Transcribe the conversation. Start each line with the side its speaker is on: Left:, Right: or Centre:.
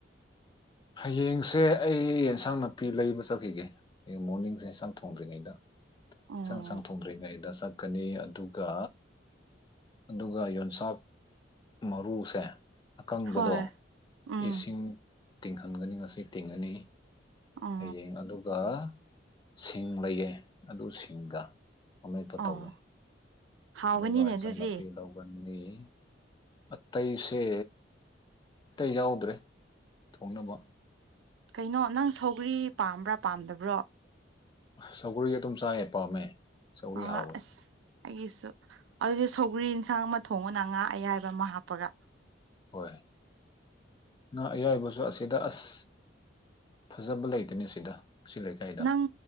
Left: ꯍꯌꯦꯡꯁꯦ ꯑꯩ ꯑꯦꯟꯁꯥꯡ ꯅꯥꯄꯤ ꯂꯩꯕ ꯆꯠꯈꯤꯒꯦ ꯑꯩ ꯃꯣꯔꯅꯤꯡꯁꯦ ꯏꯁꯟꯁꯥꯡ ꯊꯣꯡꯗ꯭ꯔꯤꯉꯩꯗ
Right: ꯎꯝ
Left: ꯏꯁꯪ ꯁꯪꯥꯡ ꯊꯣꯡꯗ꯭ꯔꯤꯉꯩꯗ ꯀꯅꯤ ꯑꯗꯨꯒ ꯑꯗꯨꯒ ꯌꯣꯟꯆꯥꯛ ꯃꯔꯨꯁꯦ ꯑꯀꯪꯕꯗꯣ
Right: ꯍꯣꯏ ꯎꯝ
Left: ꯏꯁꯤꯡ ꯇꯤꯡꯍꯟꯒꯅꯤ ꯉꯁꯤ ꯇꯤꯡꯉꯅꯤ
Right: ꯑꯣ
Left: ꯍꯌꯦꯡ ꯑꯗꯨꯒ ꯁꯤꯡ ꯂꯩꯌꯦ ꯑꯗꯨ ꯁꯤꯡꯒ ꯑꯃꯦꯠꯄ
Right: ꯑꯣ
Left: ꯇꯧꯏꯤ
Right: ꯍꯥꯎꯒꯅꯤꯅꯦ
Left: ꯑꯗꯨꯒ ꯏꯟꯖꯥꯡ
Right: ꯑꯗꯨꯗꯤ
Left: ꯅꯥꯄꯤ ꯂꯧꯒꯅꯤ ꯅꯤ ꯍꯠꯇꯩꯁꯦ ꯑꯠꯇꯩꯁ ꯌꯥꯎꯗ꯭ꯔꯦ ꯊꯣꯡꯅꯕ
Right: ꯀꯩꯅꯣ ꯅꯪ ꯁꯧꯒ꯭ꯔꯤ ꯄꯥꯝꯕ꯭ꯔꯥ ꯄꯥꯝꯗꯕ꯭ꯔꯣ
Left: ꯁꯒꯂꯣꯟꯒꯤ ꯇꯨꯝ ꯆ ꯑꯦ ꯄꯥꯝꯃꯦ ꯁꯧꯒ꯭ꯔꯤ
Right: ꯑ
Left: ꯍꯥꯎꯋꯦ
Right: ꯑꯁ ꯍꯥꯏꯦꯁꯨ ꯑꯗꯨꯁꯨ ꯁꯧꯒ꯭ꯔꯤ ꯏꯟꯁꯥꯡ ꯊꯣꯡꯉꯅ ꯉꯥ ꯑꯌꯥꯏꯕ ꯑꯃ ꯍꯥꯞꯄꯒ
Left: ꯍꯣꯏ ꯅꯪ ꯑꯌꯥꯏꯕꯁꯨ ꯑꯁꯤꯗ ꯑꯁ ꯐꯖꯕ ꯂꯩꯇꯅꯦ ꯁꯤꯗ ꯁꯤ ꯂꯩꯀꯥꯏꯗ
Right: ꯅꯪ